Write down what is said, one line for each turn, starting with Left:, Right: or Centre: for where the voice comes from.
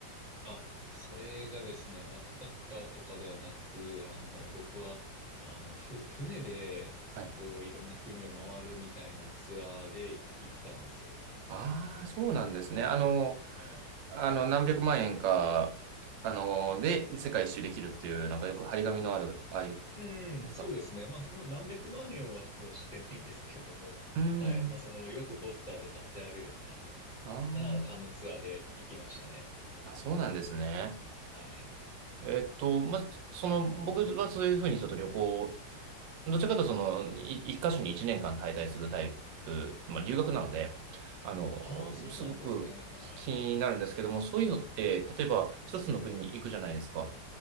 Left: あ、それがですね、バックパッカーとかではなく、あの、僕は、あの、ふ、船で、
Right: はい。
Left: こう、いろんな国を回るみたいなツアーで行ったんですよ。
Right: ああ、そうなんですね。あの、
Left: はい。
Right: あの、何百万円か、あの、で、世界一周できるっていう、なんかよく張り紙のある、ああいう
Left: うん、
Right: ですか。
Left: そうですね。まあ、そんな何百万円はもうしてないんですけども、
Right: うんうん。
Left: <laughs> はい。まあ、その、よくポスターで貼ってあるような、
Right: ああ。
Left: な、あの、ツアーで行きましたね。
Right: あ、そうなんですね。
Left: はい。
Right: えっと、まあ、その、僕はそういうふうにちょっと旅行、どちらかというとその、い一箇所に一年間滞在するタイプ、まあ、留学なので、あの、
Left: ああ、そうなんですね。
Right: すごく気になるんですけども、
Left: はい、はい。
Right: そういうのって、例えば一つの国に行くじゃないですか。